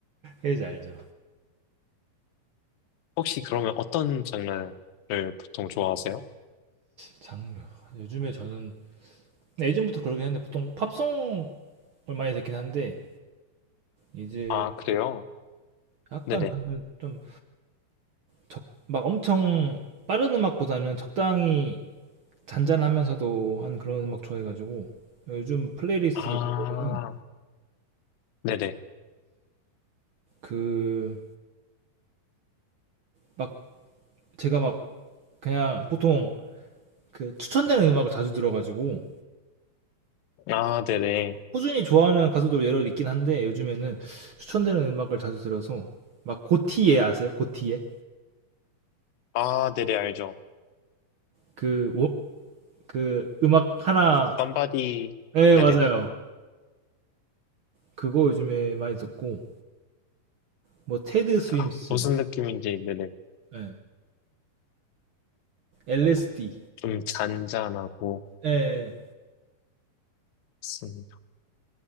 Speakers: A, on the right; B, on the left.
A: 헤이즈 알죠.
B: 혹시 그러면 어떤 장르를 보통 좋아하세요?
A: 장르. 요즘에 저는 근데 예전부터 그러긴 했는데 보통 팝송을 많이 듣긴 한데 이제
B: 아, 그래요?
A: 약간
B: 네네.
A: 저는 좀 적, 막 엄청 빠른 음악보다는 적당히 잔잔하면서도 한 그런 음악 좋아해가지고 요즘 플레이리스트를
B: 아,
A: 보면은
B: 네네.
A: 그 막 제가 막 그냥 보통 그 추천되는 음악을 자주 들어가지고
B: 아, 네네.
A: 꾸준히 좋아하는 가수도 여러 있긴 한데 요즘에는 추천되는 음악을 자주 들어서 막 고티예 아세요? 고티예?
B: 아, 네네, 알죠.
A: 그, 오- 그 음악 하나
B: 밤바디,
A: 네
B: 네네.
A: 맞아요 그거 요즘에 많이 듣고 뭐 테드 스윙스
B: 아, 무슨
A: 막
B: 느낌인지, 네네.
A: 예. LSD
B: 좀 잔잔하고,
A: 예. 예.
B: 음,